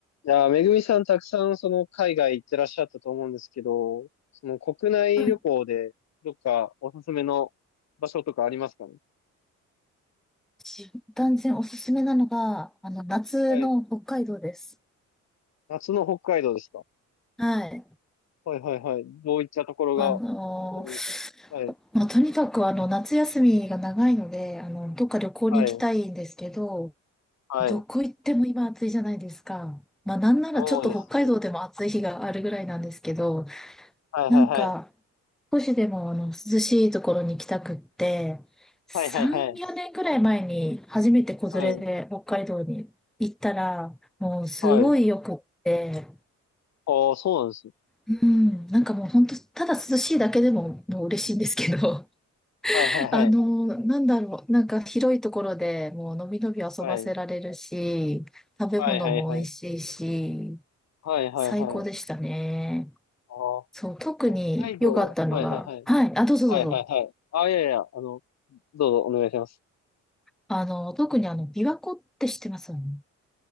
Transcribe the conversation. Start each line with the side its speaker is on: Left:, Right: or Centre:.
Left: いやー、めぐみさんたくさんその海外行ってらっしゃったと思うんですけど、その国内旅行でどっかおすすめの場所とかありますかね
Centre: うんし断然おすすめなのが、あの、夏の北海道です。
Left: はい。夏の北海道ですか
Centre: はい。
Left: はいはいはい。どういったところがお
Centre: あのー
Left: すすめですはい。
Centre: まあ、とにかくあの、夏休みが長いので、あの、どっか旅行に行きたいんですけど、
Left: はい。はい。
Centre: どこ行っても今暑いじゃないですか。まあ、なんならちょっと北海道でも暑い日があるぐらいなんですけど、
Left: そうですね。はいはいはい。
Centre: なんか、少しでもあの涼しいところに行きたくって、3、
Left: はいはいはい。
Centre: 4年くらい前に初めて子連れで北海道に行ったら、
Left: はい。
Centre: もうすごいよくって、
Left: はい。ああ、そうなんですね。
Centre: うん、なんかもう本当、ただ涼しいだけでももう嬉しいんですけど、<laughs>
Left: はいはいはい。
Centre: あの、なんだろう、なんか広いところでもうのびのび遊ばせられるし、
Left: はい。
Centre: 食べ物も美味しいし、
Left: はいはいはい。はいはいはい。
Centre: 最高でしたね。
Left: ああ、
Centre: そう、特に良かったのが、
Left: 北海道。はいはいはい。
Centre: はい、あ、どうぞどうぞ。
Left: はいはいはい。ああ、いやいや、あの、どうぞお願いします。
Centre: あの、特にあの、琵琶湖って知ってますよね。